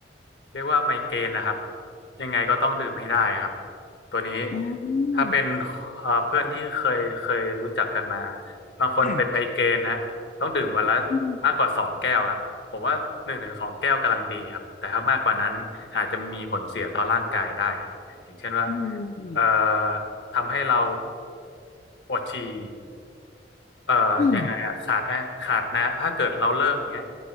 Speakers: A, on the left; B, on the left.
A: เรียกว่าไมเกรนนะครับยังไงก็ต้องดื่มให้ได้ครับตัวนี้
B: อ๋อ
A: ถ้าเป็นเอ่อเพื่อนที่เคยเคยรู้จักกันมาบางคนเป็นไมเกรนฮะต้องดื่มวันละ
B: ค่ะอืม
A: มากกว่าสองแก้วครับผมว่าหนึ่งถึงสองแก้วกำลังดีครับแต่ถ้ามากกว่านั้นอาจจะมีผลเสียต่อร่างกายได้ฮะอย่างเช่นว่า
B: อืม
A: เอ่อทำให้เราปวดฉี่ เอ่อยังไงอะขาดนะขาดนะถ้าเกิดเราเลิกเงี้ย
B: อืม